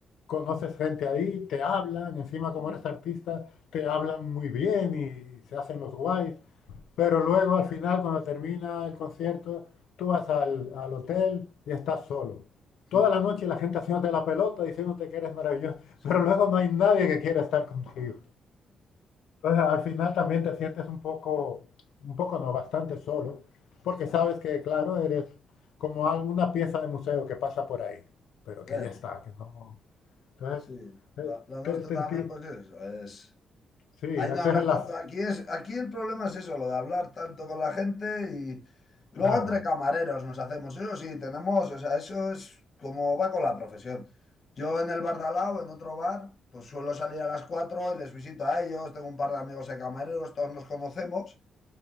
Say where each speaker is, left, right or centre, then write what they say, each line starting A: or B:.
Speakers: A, on the left (about 80°); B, on the left (about 40°).
A: Conoces gente ahí, te hablan, encima como
B: mm,
A: eres artista, te hablan muy bien y se hacen los guays, pero luego al final, cuando termina el concierto, tú vas al, al hotel y estás solo. Toda
B: mm,
A: la noche la gente haciéndote la pelota, diciéndote que eres maravilloso, <laughs>
B: sí,
A: pero luego no hay nadie que quiera estar contigo. Entonces, al final también te sientes un poco, un poco no, bastante solo, porque
B: sí.
A: sabes que, claro, eres como alguna pieza de museo que pasa por ahí, pero que
B: eh,
A: ya está, que no. Entonces,
B: sí.
A: eh,
B: Lo, lo
A: te,
B: nuestro
A: te
B: también,
A: enti-
B: pues es eso, es.
A: sí, ese
B: Ahí no hablar
A: relax,
B: tanto. Aquí es, aquí el problema es eso, lo de hablar tanto con la gente y luego
A: claro,
B: entre camareros nos hacemos. Eso sí, tenemos, o sea, eso es como va con la profesión. Yo en el bar de al lado, en otro bar, pues suelo salir a las 4 y les visito a ellos. Tengo un par de amigos de camareros, todos nos conocemos,